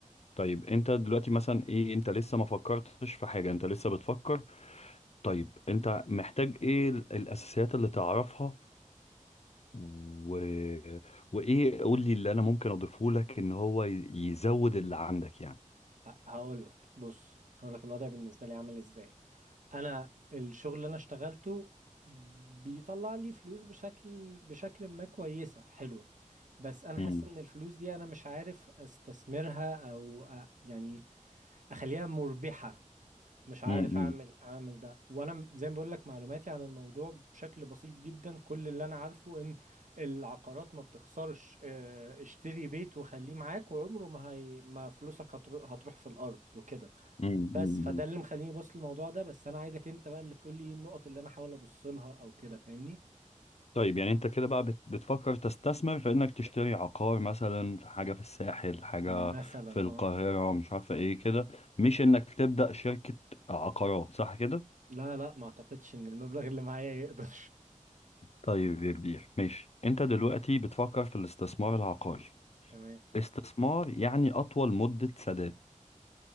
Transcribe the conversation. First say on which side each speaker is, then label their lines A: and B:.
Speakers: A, on the left; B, on the right.
A: طيب انت دلوقتي مثلا ايه انت لسه ما فكرتش في حاجه انت لسه بتفكر طيب انت محتاج ايه ال- الاساسيات اللي تعرفها و... وايه قول لي اللي انا ممكن اضيفه لك ان هو ي- يزود اللي عندك يعني
B: هقول لك بص هقول لك الوضع بالنسبه لي عامل ازاي انا الشغل اللي انا اشتغلته بيطلع لي فلوس بشكل بشكل ما كويسه حلوه بس انا
A: امم
B: حاسس ان الفلوس دي انا مش عارف استثمرها او أ- يعني اخليها مربحه مش عارف
A: امم
B: اعمل اعمل ده وانا م- زي ما بقول لك معلوماتي عن الموضوع بشكل بسيط جدا كل اللي انا عارفه ان العقارات ما بتخسرش آه، اشتري بيت وخليه معاك وعمره ما هي ما فلوسك هترو- هتروح في الارض وكده
A: امم
B: بس فده اللي مخليني بص للموضوع ده بس انا عايزك انت بقى اللي تقول لي ايه النقط اللي انا احاول ابص لها او كده فاهمني
A: طيب يعني انت كده بقى بت- بتفكر تستثمر في انك تشتري عقار مثلا في حاجة في الساحل حاجة
B: مثلا
A: في القاهرة
B: اه
A: مش عارفة ايه كده مش انك تبدأ شركة عقارات صح كده
B: لا لا ما اعتقدش ان المبلغ اللي معايا يقدر
A: طيب يا كبير ماشي انت دلوقتي بتفكر في الاستثمار العقاري
B: <laughs> تمام
A: استثمار يعني اطول مدة سداد